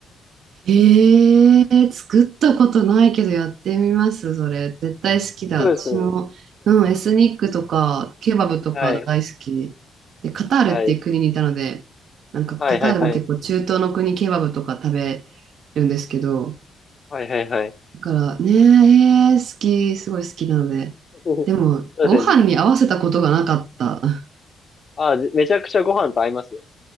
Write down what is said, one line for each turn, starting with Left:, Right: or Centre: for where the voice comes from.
Right: ー、へえ、作ったことないけどやってみます、それ。絶対好きだ。
Left: そうですね。
Right: 私も、うん、エスニックとか、ケバブとか大好き。
Left: <laughs> はい。
Right: で、カタールっていう国にいたので、
Left: はい。
Right: なんかカタールも結構中東の国ケバブとか食べ
Left: はいはいはい。
Right: るんですけど、
Left: はいはいはい。
Right: だからね、えー好き、すごい好きなので。
Left: <laughs> そ
Right: でも、
Left: うですね。
Right: ご飯に合わせたことがなかった。<laughs>
Left: あ、めちゃくちゃご飯と合いますよ。